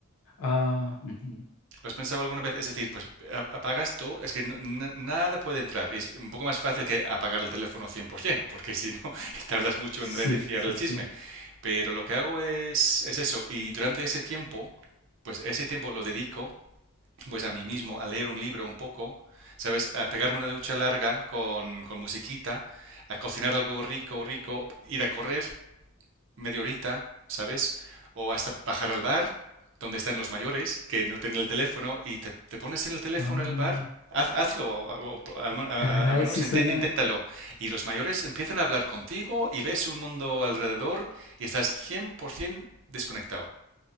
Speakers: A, on the left; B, on the right.
A: Ah, ujú.
B: ¿Lo has pensado alguna vez? Es decir, pues a- apagas todo, es que no- na- nada puede entrar. Es un poco más fácil que apagar el teléfono 100%, porque si no, <laughs> tardas mucho
A: Sí,
B: en reiniciar
A: sí,
B: el
A: sí.
B: chisme. Pero lo que hago es, es eso. Y durante ese tiempo, pues ese tiempo lo dedico pues a mí mismo, a leer un libro un poco, ¿sabes? A pegarme una ducha larga con, con musiquita, a cocinar algo rico, rico, ir a correr media horita, ¿sabes? O hasta bajar al bar, donde están los mayores, que no tienen el teléfono, y te, te pones en el teléfono
A: Ah,
B: en el bar, haz- hazlo, o- o- al, a-
A: Caray,
B: a- menos
A: sí suena.
B: inten- inténtalo. Y los mayores empiezan a hablar contigo y ves un mundo alrededor y estás 100% desconectado.